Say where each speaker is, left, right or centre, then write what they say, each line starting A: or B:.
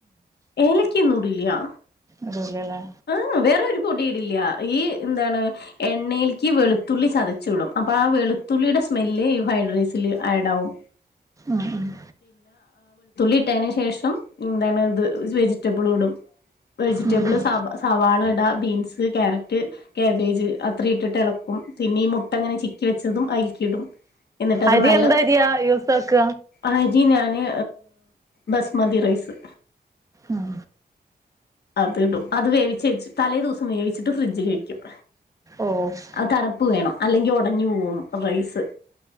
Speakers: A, on the left; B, on the right.
A: ഏലക്കൊന്നുംടില്ല്യാ
B: ഇടൂലല്ലേ
A: ആഹ് വേറൊരു പൊടില്ല്യാ ഈ ന്താണ് എണ്ണേൽക്ക് വെളുത്തുള്ളി ചതച്ചിടും അപ്പോ ആ വെളുത്തുള്ളിയുടെ സ്മെല്ല് ഈ ഫൈഡ്രൈസിൽ ആഡാവും
B: ആഹ് ആഹ്
A: ഇട്ടയിന്ശേഷംന്താണ്ത് വേജിറ്റബിള്‌ടുംവെജിറ്റബിൾസ്
B: ഉം ഉം
A: സബ സവാളട ബീൻസ് ക്യാരറ്റ് കേബേജ് അത്രയിട്ടിട്ട് എളക്കും പിന്നെ ഈ മുട്ടങ്ങനെചിക്കി വെച്ചതുംഅയിൽക്കിയിടും എന്നിട്ടത്
B: അരി
A: നല്ല
B: എന്തരിയാ യൂസാക്ക
A: അരിഞാനെ ബസ്മതിറൈസ്
B: ഉം
A: അത്ടുംഅത് വേവിചെച്ച് തലേ ദിവസം വേവിച്ചിട്ട് ഫ്രിഡ്ജിലെക്കും
B: ഓഹ്
A: ആ തണുപ്പ് വേണം അല്ലെങ്കി ഒടഞ്ഞ്പോവുംറൈസ്